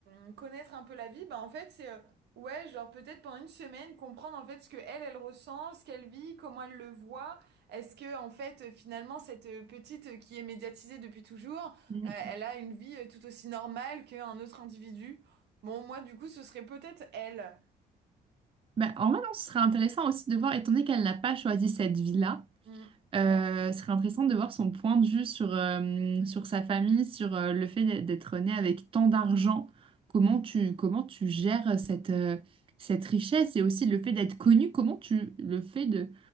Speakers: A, on the right; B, on the right.
A: hum, connaître un peu la vie. Bah en fait c'est euh, Ouais, genre peut-être pendant une semaine, comprendre en fait ce que elle, elle ressent, ce qu'elle vit, comment elle le voit. Est-ce que, en fait, finalement, cette euh, petite euh, qui est médiatisée depuis toujours,
B: mm, mm.
A: euh, elle a une vie euh, tout aussi normale qu'un autre individu? Bon, moi, du coup, ce serait peut-être elle.
B: Bah, en vrai, non, ce serait intéressant aussi de voir, étant donné qu'elle n'a pas choisi cette vie-là,
A: Hmm.
B: Euh, ce serait intéressant de voir son point de vue sur, euh, sur sa famille, sur euh, le fait d'être d'être né avec tant d'argent. Comment tu, comment tu gères cette, euh, cette richesse et aussi le fait d'être connu. Comment tu le fait de,